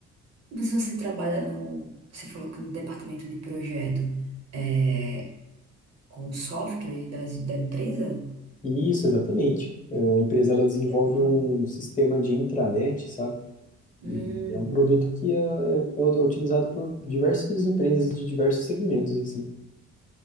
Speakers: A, on the right; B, on the left.
A: Mas Você trabalha no. Você falou que no departamento de projeto é, com o software das, da empresa?
B: Isso, exatamente. Eh, A empresa ela desenvolve
A: Não.
B: um sistema de intranet, sabe?
A: Hum.
B: E é um produto que é, é- é utilizado por diversas empresas de diversos segmentos, assim.